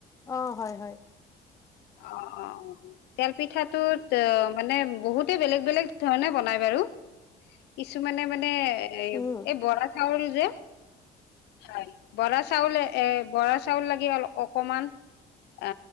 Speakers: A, on the left; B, on the left.
A: অ হয় হয়।
B: অ, অ তেল পিঠাটোত মানে বহুতে বেলেগ বেলেগ ধৰণে বনাই বাৰু কিছুমানে মানে নে
A: উম,
B: এই বৰা চাউল যে হয় বৰা চাউলে এ বৰা চাউল লাগে অলপ। অকমান অ